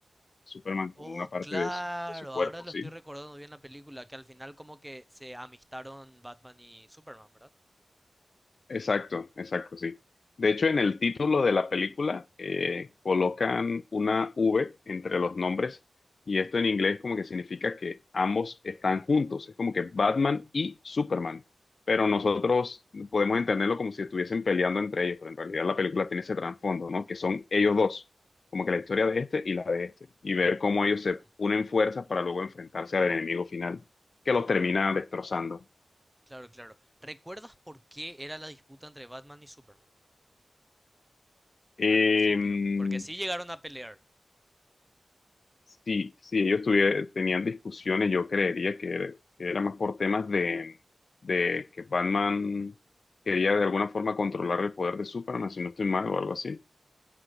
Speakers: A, on the left; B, in the centre.
A: Superman con
B: Oh,
A: una parte
B: claro,
A: de su, de su cuerpo,
B: ahora lo
A: ¿sí?
B: estoy recordando bien la película, que al final como que se amistaron Batman y Superman, ¿verdad?
A: Exacto, exacto, sí. De hecho, en el título de la película eh, colocan una V entre los nombres y esto en inglés como que significa que ambos están juntos. Es como que Batman y Superman, pero nosotros podemos entenderlo como si estuviesen peleando entre ellos, pero en realidad la película tiene ese trasfondo, ¿no? Que son ellos dos, como que la historia de este y la de este, y ver cómo ellos se
B: Ujú,
A: unen fuerzas para luego enfrentarse al enemigo final que los
B: Claro,
A: termina destrozando.
B: claro, claro. ¿Recuerdas por qué era la disputa entre Batman y Superman?
A: Em,
B: Al principio, porque sí llegaron a pelear.
A: Si, si ellos tuvie- tenían discusiones, yo creería que era, que era más por temas de, de que Batman quería de alguna forma controlar el poder de Superman, si no estoy mal, o algo así.